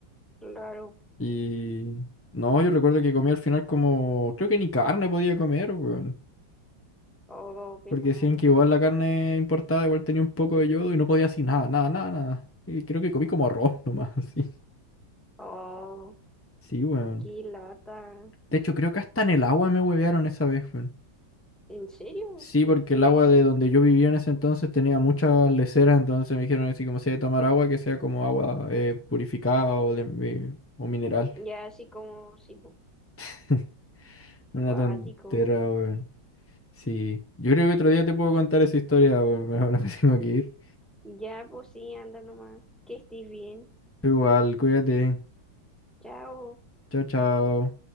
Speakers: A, in the centre; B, on the left.
A: Claro.
B: Y no, yo recuerdo que comí al final como, creo que ni carne podía comer, weón.
A: Oh, qué
B: Porque
A: mal.
B: decían que igual la carne importada igual tenía un poco de yodo y no podía así nada, nada, nada, nada. Y creo que comí como arroz nomás, <laughs> así.
A: Oh,
B: Sí, weón.
A: qué lata.
B: De hecho, creo que hasta en el agua me huevearon esa vez, weón.
A: ¿En serio?
B: Sí,
A: ¿Y
B: porque
A: qué?
B: el agua de donde yo vivía en ese entonces tenía muchas leceras, entonces me dijeron así como si hay que tomar agua, que sea como agua eh, purificada o, de- eh, o mineral.
A: Ya así como, sí, pues,
B: <laughs> Una
A: cuático.
B: tontera, weón. Sí. Yo creo que otro día te puedo contar esa historia, weón. <laughs> Ahora me tengo que ir.
A: Ya, pues sí, anda nomás. Que estés bien.
B: Igual, cuídate.
A: Chao.
B: Chao, chao.